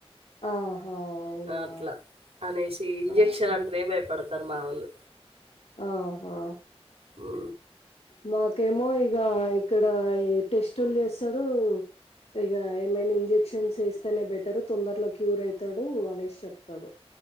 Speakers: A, on the left (about 75°); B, on the right (about 65°).
A: ఆహా అవునా
B: అట్లా అనేసి ఇంజక్షన్
A: ఆహా
B: అంటేనే భయపడతారు మా ఓళ్ళు
A: ఒ హొ
B: ఉ
A: మాకేమో ఇగ ఇక్కడ టెస్టులు చేస్తరు ఇగ ఏమైనా ఇంజెక్షన్స్ ఎస్తేనే బెటర్ తొందరలో క్యూర్ అవుతాడు అనేసి చెప్తాడు